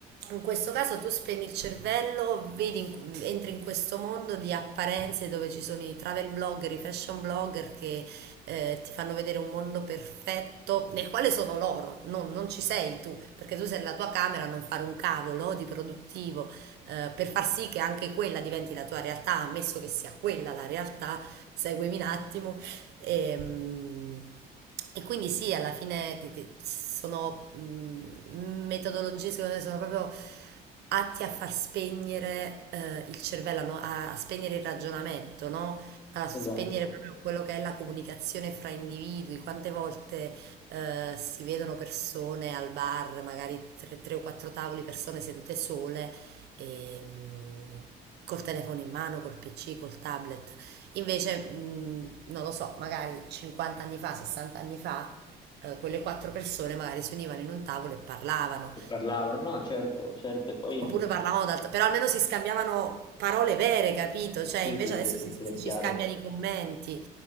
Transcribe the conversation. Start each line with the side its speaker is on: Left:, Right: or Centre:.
Right: in questo caso tu spegni il cervello, vedi in- entri in questo mondo di apparenze dove ci sono i travel blogger, i fashion blogger che eh, ti fanno vedere un mondo perfetto nel quale sono loro, non, non ci sei tu, perché tu sei nella tua camera a non fare un cavolo di produttivo, eh, per far sì che anche quella diventi la tua realtà, ammesso che sia quella la realtà, seguimi un attimo. E, mm, e quindi sì, alla fine ti- ti- sono mm, metodologie, secondo me, sono proprio atti a far spegnere eh, il cervello, a, no- a- a spegnere il ragionamento, no? a spegnere
Left: esatto.
Right: proprio quello che è la comunicazione fra individui. Quante volte eh, si vedono persone al bar, magari tre, tre o quattro tavoli, persone sedute sole, e, mh, col telefono in mano, col PC, col tablet. Invece, mh, non lo so, magari 50 anni fa, 60 anni fa, eh, quelle quattro persone magari si univano in un tavolo e parlavano.
Left: E parlavano, no, certo, certo, e poi...
Right: Oppure parlavamo d'altro, però almeno si scambiavano parole vere, capito? Cioè,
Left: Sì,
Right: invece
Left: sì, sì,
Right: adesso
Left: sì,
Right: si,
Left: sì,
Right: si-
Left: è chiaro.
Right: ci scambiano i commenti.